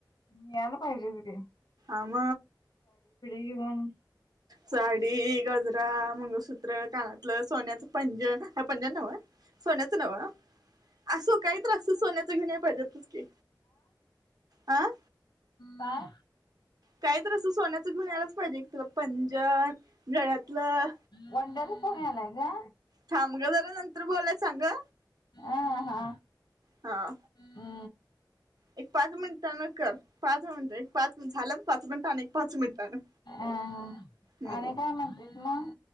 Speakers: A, on the left; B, on the right.
A: मी याला पाहिजे तिथे,
B: आम,
A: घेऊन
B: साडी गजरा मंगळसूत्र कानातलं सोन्याचं पंजन ह पंजन नव, सोण्या्याच नावा असो काही त्रासत सोन्याच घेऊन पाहिजेत क अं
A: बाय
B: काही तर असं सोन्याचं घेऊन यायलाच पाहिजे एक तुला पंजन नळ्यातलं
A: वंडर पुण्यालाय का,
B: थांब ग जरा नंतर बोलायच सांग ग.
A: आ हा
B: हा
A: ह.
B: एक पाच मिनिटानं कर पाच मिनिटं एक पाच मिनिट झालं पाच मिनिटानं एक पाच मिनिटानं,
A: अहह
B: हम्म
A: आणि काय म्हणतेस मग,